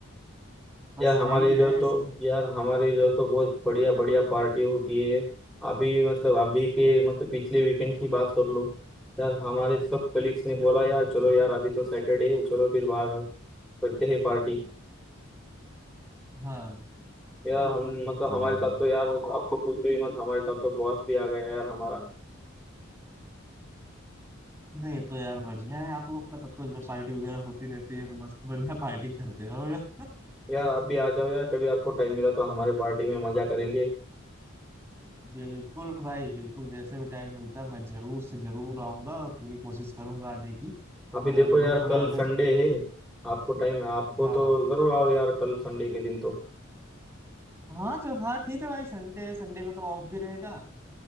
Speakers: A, on the right; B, in the centre.
A: बस
B: यार हमारे
A: यही है
B: इधर
A: ऐसे
B: तो
A: सब
B: यार
A: कुछ।
B: हमारे इधर तो बहुत बढ़िया बढ़िया पार्टी होती है अभी मतलब अभी के मतलब पिछले वीकेंड की बात कर लो यार हमारे सब कलीग्स ने बोला यार चलो यार अभी तो सैटरडे है चलो फिर बाहर करते हैं पार्टी
A: हाँ
B: यार हम मतलब
A: तो
B: हमारे
A: यार
B: साथ
A: नहीं
B: तो यार आपको पूछो ही मत हमारे साथ तो बॉस भी आ गया यार हमारा
A: नहीं तो यार बढ़िया है आप लोग का तब तो जो पार्टी वगैरह होती रहती है तो मस्त बढ़िया पार्टी करते रहो यार
B: यार आप भी आ जाओ यार कभी आपको टाइम मिला तो हमारे पार्टी में
A: <laughs>
B: मजा करेंगे
A: बिल्कुल भाई बिल्कुल जैसे भी टाइम मिलता है मैं जरूर से जरूर आऊंगा और पूरी कोशिश करूंगा आने की
B: अभी
A: अ,
B: देखो
A: मुझे
B: यार
A: थोड़ा
B: कल
A: अगर
B: संडे है आपको टाइम आपको
A: हाँ
B: तो जरूर आओ यार कल संडे के दिन तो
A: हाँ चल हाँ ठीक है भाई संडे संडे को तो ऑफ भी रहेगा